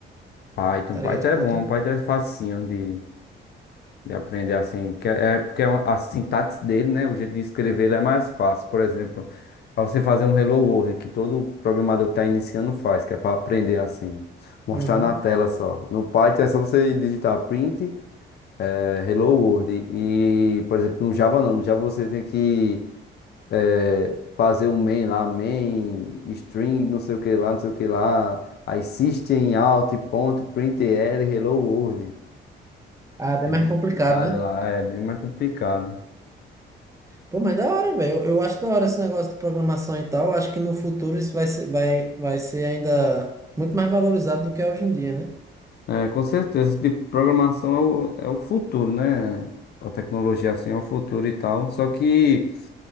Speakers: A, on the left; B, on the right.
A: Python,
B: Tá
A: Python
B: ligado? Python?
A: é bom, Python é facinho de De aprender assim, que é é porque é uma- a sintaxe dele, né? O jeito de escrever ele é mais fácil. Por exemplo, para você fazer um Hello World, que todo programador que está iniciando faz, que é para aprender assim, mostrar
B: Uhum.
A: na tela só. No Python é só você digitar print, é, Hello World. E, por exemplo, no Java não, no Java você tem que é, fazer o main lá, main, string, não sei o que lá, não sei o que lá. Aí system out, ponto, printl, Hello World.
B: Ah, é bem
A: É
B: mais
A: bem
B: complicado,
A: complicado
B: né?
A: lá, é bem mais complicado.
B: Pô, mas da hora, velho. Eu, eu acho da hora esse negócio de programação e tal. Eu acho que no futuro isso vai ser, vai, vai ser ainda muito mais valorizado do que é hoje em dia, né?
A: É, com certeza, esse tipo de programação é o, é o futuro, né? A tecnologia assim é o futuro e tal. Só que,